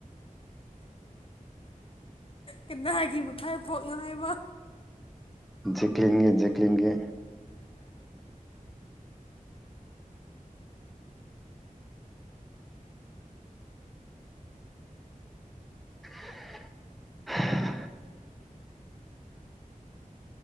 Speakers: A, on the left (about 40°); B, in the centre.
A: ꯀꯅꯥꯒꯤ ꯐꯥꯏꯕꯣꯛꯅꯣ ꯍꯥꯏꯕ
B: ꯖꯦꯀ꯭ꯂꯤꯟꯒꯤ ꯖꯦꯀ꯭ꯂꯤꯟꯒꯤ <unintelligible>